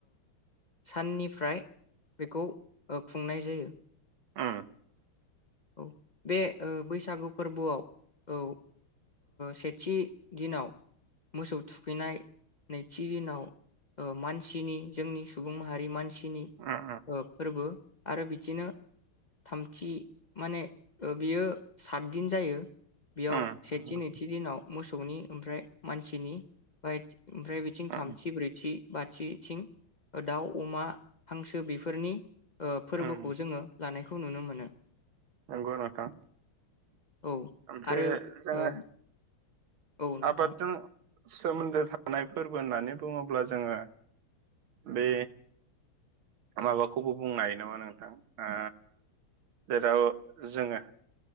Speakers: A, on the left; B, on the right.
A: साननिफ्राय बेखौ खुंनाय जायो
B: उ
A: औ बे बैसागु फोरबोआव औ सेथि दिनाव मोसौ थुखैनाय नैथि दिनाव मानसिनि जोंनि सुबुं माहारि मानसि फोरबो
B: उम
A: आरो बिदिनो थामथि माने बियो सातदिन जायो बेयाव
B: उम
A: सेथि
B: उम
A: नैथि दिनाव मोसौनि ओमफ्राय मानसिनि ब ओमफ्राय बिथिं थामथि
B: उम
A: ब्रैथि बाथिथिं दाउ अमा हांसो बेफोरनि ओ फोरबोखौ
B: उम
A: जोङो लानायखौ नुनो मोनो
B: नोंगौ नोंथां
A: औ
B: ओमफ्राय
A: आरो
B: जोङो
A: ओ औ नोंथां
B: आबादजों सोमोन्दो थानाय फोरबो होननानै बुङोब्ला जोङो बे माबाखौबो बुंनो हायो नामा नोंथां ओ जेराव जोङो